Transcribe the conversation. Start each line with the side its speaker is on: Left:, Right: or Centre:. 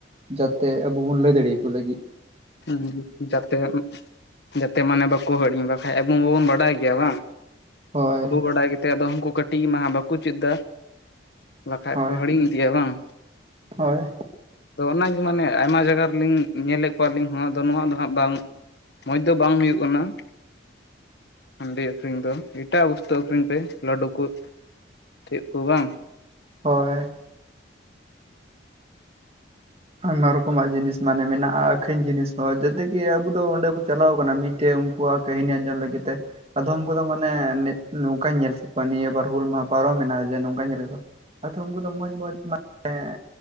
Right: ᱡᱟᱛᱮ ᱟᱵᱚ ᱵᱚᱱ ᱞᱟᱹᱭ ᱫᱟᱲᱮᱭᱠᱚ ᱞᱟᱹᱜᱤᱫᱼᱼ
Left: ᱦᱩᱸ ᱡᱟᱛᱮ ᱩᱸᱜ ᱡᱟᱛᱮ ᱢᱟᱱᱮ ᱵᱟᱠᱚ ᱦᱤᱲᱤᱧ ᱵᱟᱠᱟᱷᱟᱡ ᱟᱵᱚ ᱢᱟᱵᱚᱱ ᱵᱟᱰᱟᱭ ᱜᱮᱭᱟ ᱵᱟᱝ
Right: ᱦᱳᱭ
Left: ᱟᱵᱚ ᱵᱟᱰᱟᱭ ᱜᱮ ᱱᱚᱛᱮ ᱟᱫᱚ ᱩᱱᱠᱩ ᱠᱟᱹᱴᱤᱡ ᱠᱚ ᱢᱟᱦᱟᱜ ᱵᱟᱠᱚ ᱪᱮᱫ ᱮᱫᱟ ᱵᱟᱠᱷᱟᱡ
Right: ᱦᱳᱭ
Left: ᱠᱚ ᱦᱤᱲᱤᱧ ᱤᱫᱤᱭᱟ ᱵᱟᱝᱼᱼ
Right: ᱦᱳᱭ
Left: ᱟᱫᱚ ᱚᱱᱟᱜᱮ ᱢᱟᱱᱮ ᱟᱭᱢᱟ ᱡᱟᱭᱜᱟ ᱨᱮᱞᱤᱧ ᱧᱮᱞᱮᱫᱼᱼ ᱞᱤᱧ ᱦᱚᱸ ᱟᱫᱚ ᱱᱚᱣᱟ ᱫᱚ ᱦᱟᱜ ᱵᱟᱝ ᱢᱚᱡᱽ ᱫᱚ ᱵᱟᱝ ᱦᱩᱭᱩᱜ ᱠᱟᱱᱟ᱾ ᱦᱟᱺᱰᱤ ᱟᱹᱷᱨᱤᱧ ᱫᱚ ᱮᱴᱟᱜ ᱵᱚᱥᱛᱩ ᱟᱹᱷᱨᱤᱧ ᱯᱮ ᱞᱟᱹᱰᱩ ᱠᱚ᱾ ᱪᱮᱫ ᱠᱚ ᱵᱟᱝ
Right: ᱦᱳᱭ ᱟᱭᱢᱟ ᱨᱚᱠᱚᱢᱟᱜ ᱡᱤᱱᱤᱥ ᱢᱟᱱᱮ ᱢᱮᱱᱟᱜ-ᱟ ᱟᱹᱠᱷᱨᱤᱧ ᱡᱤᱱᱤᱥ ᱦᱚᱸ ᱛᱮᱜᱮ ᱟᱵᱚ ᱫᱚ ᱚᱸᱰᱮ ᱵᱚᱱ ᱪᱟᱞᱟᱣ ᱠᱟᱱᱟ ᱢᱤᱫᱴᱮᱡ ᱩᱱᱠᱩᱣᱟᱜ ᱠᱟᱹᱦᱤᱱᱤ ᱟᱸᱡᱚᱢ ᱞᱟᱹᱜᱤᱫ ᱛᱮᱼᱼ ᱟᱫᱚᱢ ᱠᱚᱫᱚ ᱢᱟᱱᱮ ᱱᱮ ᱱᱚᱝᱠᱟᱧ ᱧᱮᱞ ᱠᱮᱫ ᱠᱚᱣᱟ ᱱᱤᱭᱟᱹ ᱵᱟᱨ ᱦᱩᱞ ᱢᱟᱦᱟ ᱯᱟᱨᱚᱢ ᱢᱮᱱᱟ ᱡᱮ ᱱᱚᱝᱠᱟᱧ ᱧᱮᱞ ᱠᱮᱫ ᱠᱚᱣᱟ᱾ ᱟᱫᱚᱢ ᱠᱚᱫᱚ ᱢᱚᱡᱽ ᱢᱚᱡᱽ ᱢᱟᱱᱮ